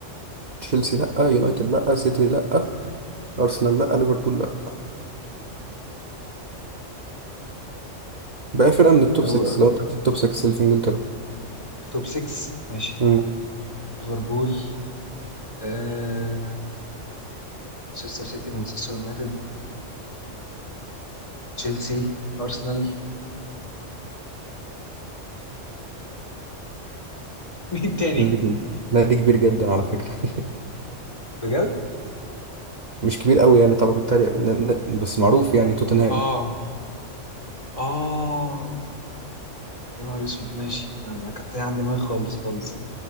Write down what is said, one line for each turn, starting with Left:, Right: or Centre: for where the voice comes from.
Right: تشيلسي لا يونايتد لا سيتي لا ارسنال لا ليفربول لا بقى فرقه من التوب
Left: هو
Right: 6 لو انت في التوب 6 اللي في انجلترا
Left: توب 6 ماشي
Right: امم
Left: ليفربول آه مانشستر سيتي مانشستر يونايتد تشيلسي ارسنال مين تاني
Right: نادي كبير نادي كبير جدا على فكره <laughs>
Left: بجد
Right: مش كبير قوي يعني طب بتريق ن- ن- بس معروف يعني توتنهام
Left: اه اه يا نهار اسود ماشي انا أنا كنت عندي دماغي خالص خالص